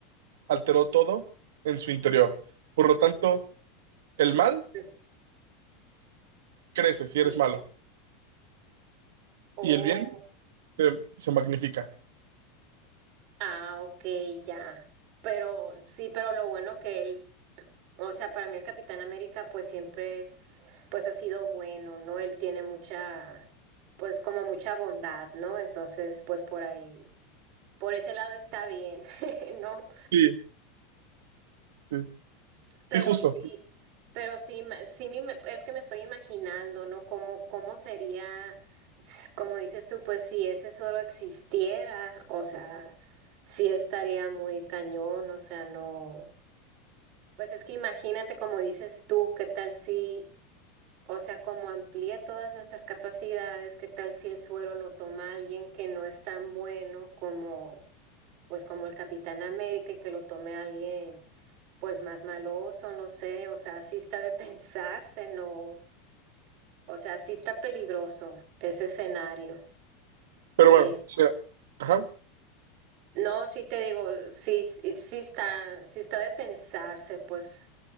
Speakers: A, on the right; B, on the right.
A: alteró todo en su interior. Por lo tanto, el mal
B: Ujú.
A: crece si
B: Sí.
A: eres malo
B: Oh,
A: y el bien se, se magnifica.
B: ah, ok, ya. Pero sí, pero lo bueno que él O sea, para mí el Capitán América pues siempre es, pues ha sido bueno, ¿no? Él tiene mucha, pues como mucha bondad, ¿no? Entonces, pues por ahí, por ese lado está bien, <laughs> ¿no?
A: Sí, sí,
B: Pero
A: sí, justo.
B: sí, pero sí, me- sí me, me- es que me estoy imaginando, ¿no? Cómo, cómo sería, s- como dices tú, pues si ese suero existiera, o sea, sí estaría muy cañón, o sea, no. Pues es que imagínate, como dices tú, qué tal si O sea, como amplía todas nuestras capacidades, ¿qué tal si el suero lo toma alguien que no es tan bueno como, pues, como el Capitán América y que lo tome alguien, pues, más maloso, no sé, o sea, sí está de <laughs> pensarse, no, o sea, sí está peligroso ese escenario.
A: Pero
B: Eh,
A: bueno, mira, ajá,
B: no, sí te digo, sí, sí, sí está, sí está de pensarse, pues,